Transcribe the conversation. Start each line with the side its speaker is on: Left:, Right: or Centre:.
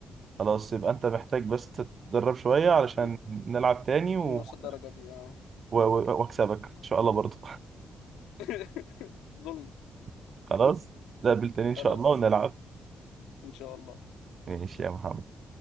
Right: خلاص يبقى انت محتاج بس تتدرب شوية علشان
Left: ن-
Right: نلعب تاني و...
Left: نص الدرجة دي اه
Right: و... و- واكسبك ان شاء الله برضو
Left: <laughs> ظلم
Right: <laughs> خلاص نقابل تاني ان
Left: خلاص
Right: شاء الله ونلعب
Left: ان شاء الله
Right: ماشي يا محمد